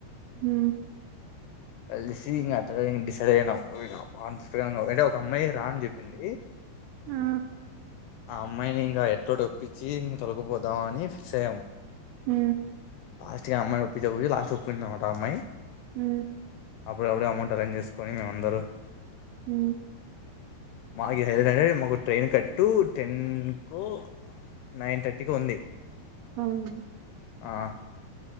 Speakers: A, on the right; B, on the left.
A: మ్
B: కలిసి ఇంకా అట్టైతె డిసైడ్ అయినాం ఇక అంటే ఒక అమ్మాయి రాన్ అని చెప్పింది
A: ఆ
B: ఆ అమ్మాయిని ఇంకా ఎటోటిొప్పించి ఇం తొలకుపోదాం అని ఫిక్స్ అయ్యాము
A: హ
B: స్ట్కి అమ్మాలాట్ పన్న ఒకట అమ్మాయి
A: హ
B: అప్పుడ అప్పుడే అమౌంట్ అరేంజ్ చేసుకొని మేమందరూ
A: హ
B: మాకుది హై హండ్రెడ్ మాకు ట్రైన్ కట్టు టెన్కు నైన్ థర్టీకి ఉంది
A: అవును
B: ఆ